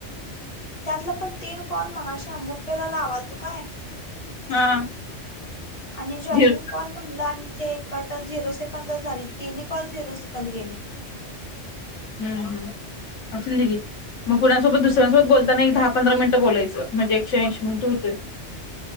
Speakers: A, on the left; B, on the left.
A: त्यातला पण तीन कॉल मगाशी अंबूपेला लावालतो काय.
B: हा.
A: आणि जॉइनिंग
B: झिरो
A: कॉल म्हणलं आणि ते. कटच. झिरो सेकंद झाली. तिन्ही कॉल झिरो सेकंद गेलीत.
B: हम हम. असुंदे की. मग कुणासोबत दुसऱ्यांसोबत बोलताना एक दहा पंधरा मिनटं बोलायचं. म्हणजे एकशे ऐंशी मिनट होतय.